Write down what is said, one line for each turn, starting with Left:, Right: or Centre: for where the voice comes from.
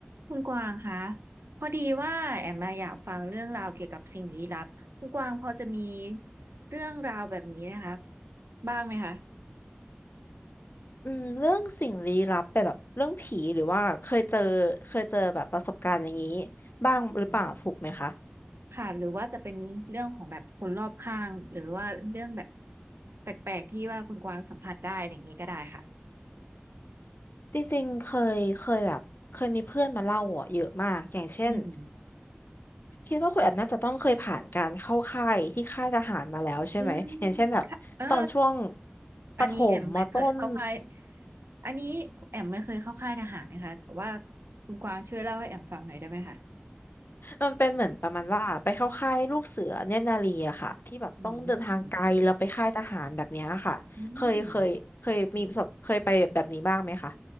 Right: คุณกวางคะพอดีว่าแอมมาอยากฟังเรื่องราวเกี่ยวกับสิ่งลี้ลับคุณกวางพอจะมีเรื่องราวแบบนี้นะคะบ้างไหมคะ
Left: อืมเรื่องสิ่งลี้ลับแบบแบบเรื่องผีหรือว่าเคยเจอเคยเจอแบบประสบการณ์อย่างนี้บ้างหรือเปล่าถูกไหมคะ
Right: อืมค่ะหรือว่าจะเป็นเรื่องของแบบคนรอบข้างหรือว่าเรื่องแบบแปลกๆที่ว่าคุณกวางสัมผัสได้อะไรอย่างนี้ก็ได้ค่ะ
Left: จริงๆเคยเคยแบบเคยมีเพื่อนมาเล่าอ่ะเยอะมากอย่างเช่น
Right: อืม
Left: คิดว่าคุณแอดน่าจะต้องเคยผ่านการเข้าค่ายที่ค่ายทหารมาแล้วใช่ไหมอย่างเช่นแบบตอนช่วง
Right: อืมค่ะเออ
Left: ประถมมต้น
Right: อันนี้แอมไม่เคยเข้าค่ายอันนี้แอมไม่เคยเข้าค่ายทหารนะคะแต่ว่าคุณกวางช่วยเล่าให้แอมฟังหน่อยได้ไหมคะ
Left: มันเป็นเหมือนประมาณว่าไปเข้าค่ายลูกเสือเนตรนารีอะค่ะที่แบบต้องเดินทางไกลแล้วไปค่ายทหารแบบเนี้ยค่ะเคยเคยเคยมีประสบเคยไปแบบนี้บ้างไหมคะ
Right: อืมอืม